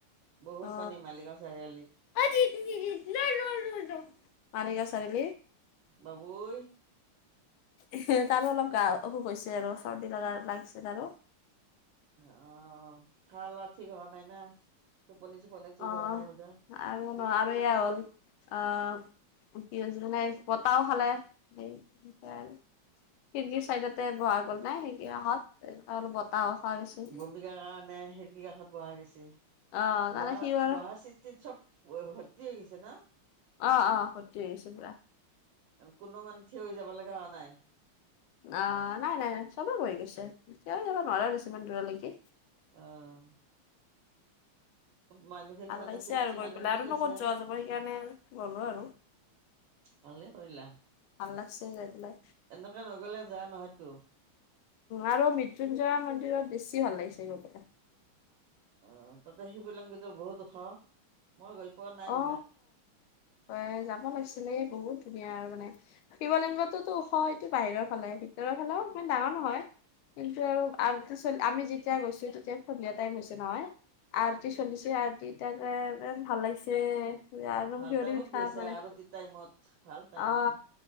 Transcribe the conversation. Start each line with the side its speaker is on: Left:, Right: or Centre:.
Right: বহুত
Left: অ
Right: পানী মালিগাঁও চাৰিআলিত।
Left: মালিগাঁও চাৰিআলি?
Right: বাবোই
Left: এহ তাৰো অলপ গা অসুখ হৈছে আৰু চৰ্দি লগা লাগিছে তাৰো।
Right: অহ, খাৱা লোৱা ঠিক হোৱা নাই না, টোপনি চোপনি ঠিক
Left: অ
Right: হোৱা নাই বোধ হয়।
Left: আৰু ন' আৰু এয়া হ'ল অহ কি হৈছে মানে বতাহো খালে খিৰিগিৰ চাইদতে বহা গ'ল নাই সেইদিনা হত অলপ বতাহো খোৱা হৈছিল।
Right: বমিকাৰ কাৰণে খিৰিকী কাষত বহা গৈছে
Left: অ তানে
Right: বহা
Left: সি আৰু
Right: বহা চিত-তিত চব ভৰ্তি হৈ গৈছে ন
Left: অ অ খতি হৈ গৈছে পুৰা
Right: কোনো মানে থিয় হৈ যাব লগা হোৱা নাই
Left: অ নাই নাই চবে বহি গৈছে থিয়হি যাব নোৱাৰে দেচোন ইমান দূৰলৈকে
Right: অ মানুহখিনি
Left: টান
Right: মানে
Left: লাগিছে
Right: চিনাকি
Left: আৰু গৈ
Right: মানুহখিনি
Left: পেলাই আৰু
Right: গৈছে
Left: নো ক'ত যোৱা যাব সেইকাৰণে আৰু গলো আৰু
Right: ভালে কৰিলা।
Left: ভাল লাগছে যাই পেলাই
Right: এনেকে নগলে যৱা নহয়তো
Left: আৰু মৃত্যুঞ্জয় মন্দিৰত বেছি ভাল লাগিছে গৈ পেলাই
Right: অ তাতে হেইবিলাঙ্কিটো বহুত ওখ মই গৈ পোৱা নাই
Left: অ
Right: বোলে।
Left: তই যাব লাগিছিলে বহুত ধুনীয়া আৰু মানে শিৱলিংগতোটো ওখ হয়টো বাহিৰৰ ফালে ভিতৰৰ ফালেও ইমান ডাঙৰ নহয় কিন্তু আৰু আমি যেতিয়া গৈছো তেতিয়া সন্ধিয়া টাইম হৈছে নহয় আৰটি চলিছে আৰটি তাকে ইমান ভাল লাগিছে গাৰ
Right: অ
Left: নোম
Right: ভাল
Left: শিয়ঁৰি
Right: টাইমত
Left: উঠা
Right: গৈছা
Left: মানে
Right: আৰতি টাইমত ভাল টাইম
Left: অ
Right: সেইটো